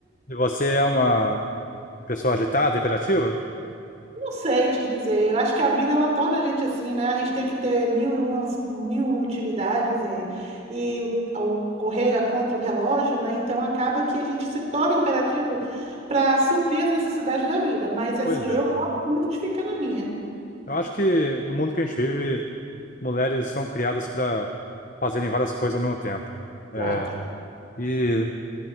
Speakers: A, on the left (about 40°); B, on the right (about 35°).
A: e você é uma pessoa agitada, hiperativa?
B: Não sei te dizer. Eu acho que a vida ela torna a gente assim, né? A gente tem que ter mil e umas, mil e uma utilidades é, e o, o correr contra o relógio, né? Então acaba que a gente se torna imperativo para suprir as necessidades da vida. Mas assim,
A: Pois é.
B: eu gosto muito de ficar na minha.
A: Eu acho que no mundo que a gente vive, mulheres são criadas para fazerem várias coisas ao mesmo tempo. É,
B: Exato.
A: e